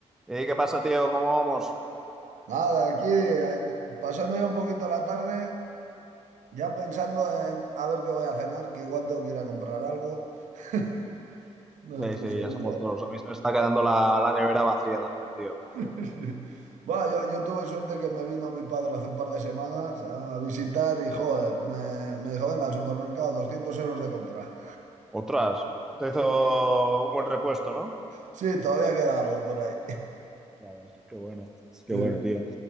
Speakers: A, in the centre; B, on the right.
A: Ey, ¿qué pasa, tío? ¿Cómo vamos?
B: Nada, aquí eh, pasando ya un poquito la tarde, ya pensando en a ver qué voy a cenar, que igual tengo que ir a comprar algo, <laughs> no estoy
A: Sí, sí,
B: seguro.
A: ya somos dos.
B: <laughs>
A: A mí se me está quedando la, la nevera vacía también, tío.
B: Sí. Bueno, yo, yo tuve suerte que me vino mi padre hace un par de semanas a visitar y, joder, me, me dijo, venga, al supermercado, 200 euros de compra.
A: Otras. Te hizo
B: <laughs>
A: un buen repuesto, ¿no?
B: Sí, todavía queda algo por ahí.
A: Ya ves, qué bueno, qué
B: Sí.
A: bueno, tío.